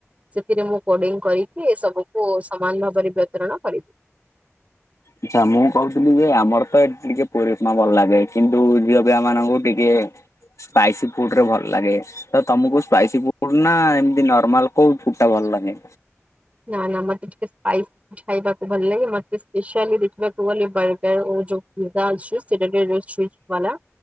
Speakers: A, on the right; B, on the left.
A: ଟା ସେଥିରେ ମୁଁ କୋଡିଙ୍ଗ କରିକି ଏ ସବୁକୁ ସମାନ ଭାବରେ ବିତରଣ କରିବି
B: ଆଛା ମୁଁ କହୁଥିଲି ଯେ ଆମର ତ ଏଠି ଟିକେ ପୁରୀ ଉପମା ଭଲ ଲାଗେ କିନ୍ତୁ ଯିବାପାଇଁ ଆମମାନଙ୍କୁ ଟିକେ ସ୍ପାଇସି ଫୁଡରେ ଭଲ ଲାଗେ ତ ତମକୁ ସ୍ପାଇସି ଫୁଡ ନା ଏମିତି ନର୍ମାଲ କୋଉ ଫୁଡ ଟା ଭଲ ଲାଗେ
A: ନା ନା ମୋତେ ଟିକେ ସ୍ପାଇସି ଫୁଡ୍ ଖାଇବାକୁ ଭଲ ଲାଗେ ମୋତେ କାଲି ଦେଖିବାକୁ ଗଲି ବାଇ କାଇଁ ହଉଛୁ ନିଦା ଅଛି ସେଟା ଟିକେ ରେଷ୍ଟ୍ ସ୍ୱିଚି ବାଲା